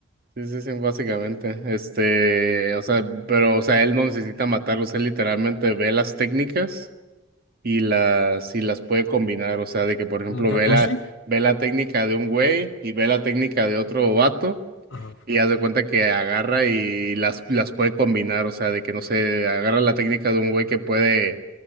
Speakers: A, on the right; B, on the left.
A: Sí, sí, sí, básicamente. Este, o sea, pero, o sea, él no necesita matarlos, él literalmente ve las técnicas y las, y las puede combinar. O sea, de que, por ejemplo,
B: ¿Como Kakashi?
A: ve la, ve la técnica de un güey y ve la técnica de otro vato
B: Ajá.
A: y haz de cuenta que agarra y las, las puede combinar. O sea, de que, no sé, agarra la técnica de un güey que puede